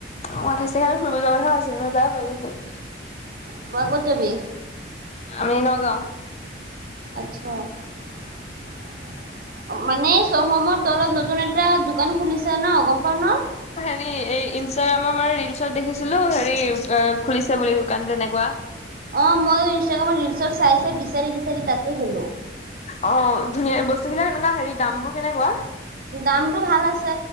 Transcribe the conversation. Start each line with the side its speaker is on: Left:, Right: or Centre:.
Left: অ', আঠাইছ চাগে আমি ফুৰিব যোৱা কথাও আছিলে, তই যাব পাৰিলি হেতেন।
Right: কোৱা ক'ত যাবি?
Left: আমি নগাঁও।
Right: আচ্চা। মানে চৌহমৰ তলত নতুন এটা দোকান খুলিছে ন, গম পাও ন।
Left: এ-এই ইনষ্টাগ্ৰামৰ মানে ৰিলচত দেখিছিলো, হেৰি খুলিছে বুলি দোকান তেনেকুৱা।
Right: অ', মই ইনষ্টাগ্ৰামৰ ৰিলচৰ চাই, চাই, বিচাৰি, বিচাৰি তাতে গ'লো।
Left: অ', অ', ধুনীয়া বস্তু বিলাক এনেকুৱা হেৰি দাম বোৰ কেনেকুৱা?
Right: দামটো ভাল আছে।